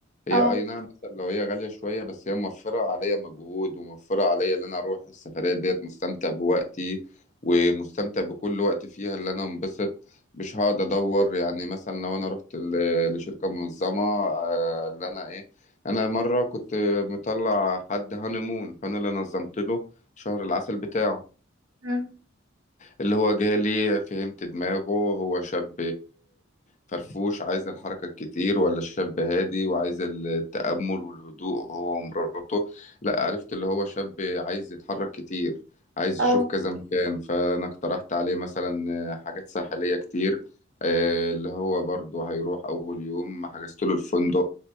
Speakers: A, on the left; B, on the right.
A: هي
B: اه
A: اي نعم مثلا لو هي غاليه شويه بس هي موفره عليا مجهود وموفره عليا ان انا اروح السفريه ديت مستمتع بوقتي ومستمتع بكل وقت فيها اللي انا انبسط مش هقعد ادور يعني مثلا لو انا رحت ل- لشركه منظمه آه، اللي انا ايه انا مره كنت مطلع حد هانيمون فانا اللي نظمت له شهر العسل بتاعه
B: مم.
A: اللي هو جالي فهمت دماغه هو شاب فرفوش عايز الحركة الكتير ولا شاب هادي وعايز التأمل والهدوء هو ومراته لا عرفت اللي هو شاب عايز يتحرك كتير عايز
B: اه
A: يشوف كذا مكان فأنا اقترحت عليه مثلا حاجات ساحلية كتير آه، اللي هو برضه هيروح أول يوم حجزت له الفندق